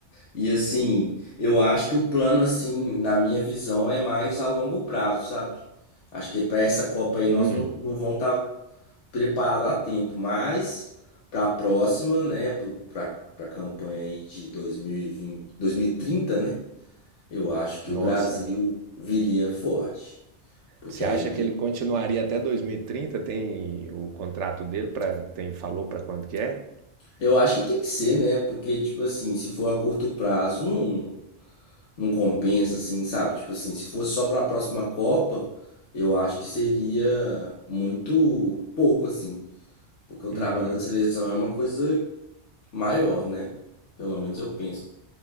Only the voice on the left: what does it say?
E assim, eu acho que o plano assim, na minha visão, é mais a longo prazo, sabe? Acho que para essa Copa aí
nós não, não vamos estar preparados a tempo, mas para a próxima, né, para para a campanha aí de 2020, 2030, né? Eu acho que
o Brasil viria forte. Porque
aí
tem,
eu acho que tem que ser, né? Porque tipo assim, se for a curto prazo, não não compensa, assim, sabe? Tipo assim, se fosse só para a próxima Copa, eu acho que seria muito pouco, assim. Porque o
trabalho da seleção é uma coisa maior, né? Pelo menos eu penso.